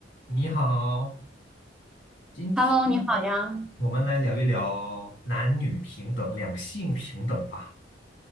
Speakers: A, on the left (about 65°); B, in the centre.
A: 你好，今天呢
B: Hello，你好呀。
A: 我们来聊一聊男女平等、两性平等吧。